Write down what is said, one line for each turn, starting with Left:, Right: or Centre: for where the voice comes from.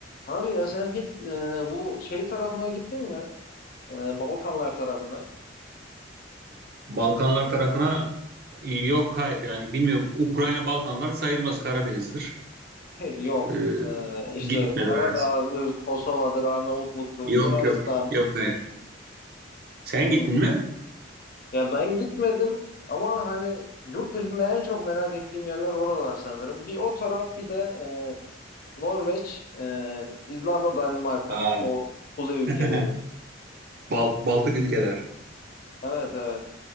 Left: Abi ya sen hiç e, bu şey tarafına gittin mi? E, Balkanlar tarafına.
Right: Balkanlar tarafına yok hayır yani bilmiyorum. Ukrayna Balkanlar sayılmaz Karadeniz'dir.
Left: <laughs> Yok.
Right: Ee,
Left: E, işte
Right: gitmedim
Left: Karadağ'dır,
Right: evet.
Left: Kosova'dır, Arnavutluk'tur,
Right: Yok
Left: Yunanistan.
Right: yok yok hayır. Sen
Left: Hmm.
Right: gittin mi?
Left: Ya ben gitmedim ama hani yurt dışında en çok merak ettiğim yerler oralar sanırım. Bir o taraf bir de e, Norveç, e, İzlanda, Danimarka.
Right: Aa.
Left: O kuzey ülkeleri.
Right: <laughs> Bal- Baltık ülkeler.
Left: Evet evet.